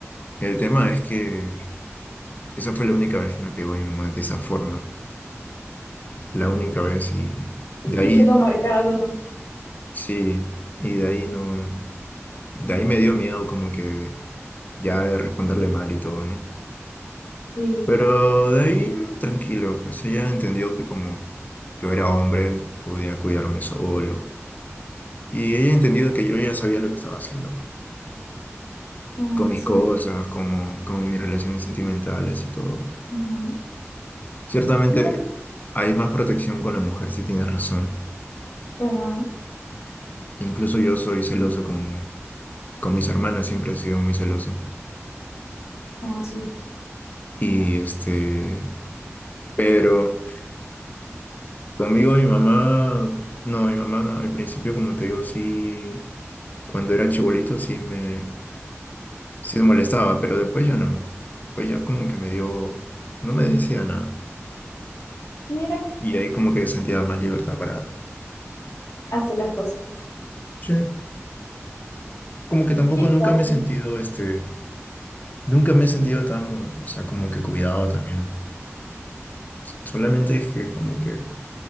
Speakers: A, on the left; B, on the left.
A: el tema es que esa fue la única vez que me pegó mi mamá de esa forma, la única vez y de ahí
B: y quedó marcado, ¿no?
A: sí, y de ahí no, de ahí me dio miedo como que ya de responderle mal y todo, ¿no?
B: Sí.
A: Pero de ahí tranquilo, pues ella entendió que como yo era hombre, podía cuidarme solo Y ella entendido que yo ya sabía lo que estaba haciendo, pues,
B: Ah,
A: con mis
B: sí.
A: cosas, como, con mis relaciones sentimentales y todo.
B: Ujú.
A: Ciertamente
B: Mira,
A: hay más protección con la mujer, si tienes razón.
B: ajá.
A: Incluso yo soy celoso con, con mis hermanas, siempre he sido muy celoso.
B: Ah, sí.
A: Y este, pero conmigo mi mamá, no, mi mamá al principio, como te digo, sí, cuando era chibolito sí me, sí me molestaba, pero después ya no. Pues ya como que me dio, no me decía nada.
B: Mira,
A: Y ahí como que sentía más libertad para...
B: hace las cosas.
A: Sí, como que tampoco
B: ¿Qué historia?
A: nunca me he sentido, este, nunca me he sentido tan, o sea, como que cuidado también. Solamente es que como que